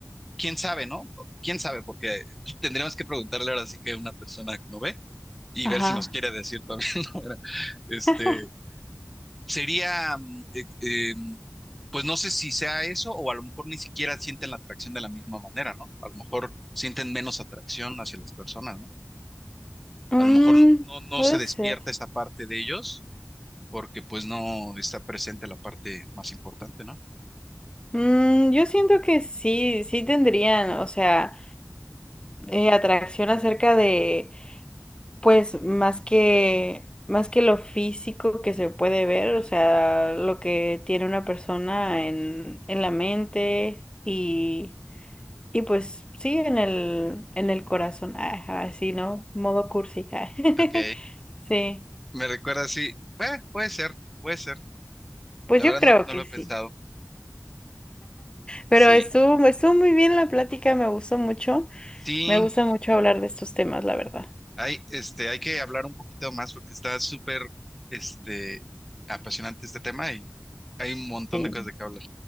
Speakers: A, in the centre; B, on the left.
A: quién sabe, ¿no? Quién sabe, porque tendríamos que preguntarle ahora sí que a una persona que no ve y
B: Ajá.
A: ver si nos quiere decir también, <laughs> ¿no? Era, Este,
B: <laughs>
A: Sería, mm, eh, eh, mm, pues no sé si sea eso o a lo mejor ni siquiera sienten la atracción de la misma manera, ¿no? A lo mejor sienten menos atracción hacia las personas, ¿no?
B: Mm,
A: A lo mejor no, no
B: puede
A: se despierta
B: ser.
A: esa parte de ellos porque pues no está presente la parte más importante, ¿no?
B: Mm, yo siento que sí, sí tendrían, o sea, eh, atracción acerca de Pues más que, más que lo físico que se puede ver, o sea, lo que tiene una persona en, en la mente y, y pues sí, en el, en el corazón, ajá, así, ¿no? Modo cursi. ah. <laughs>
A: Ok.
B: Sí,
A: Me recuerda sí. eh, puede ser, puede ser.
B: pues
A: La
B: yo
A: verdad
B: creo
A: no, no
B: que
A: lo he
B: sí.
A: pensado.
B: Pero
A: Sí,
B: estuvo, estuvo muy bien la plática, me gustó mucho.
A: sí.
B: Me gusta mucho hablar de estos temas, la verdad.
A: Hay, este, hay que hablar un poquito más porque está súper, este, apasionante este tema y hay un montón
B: Sí.
A: de cosas de que hablar.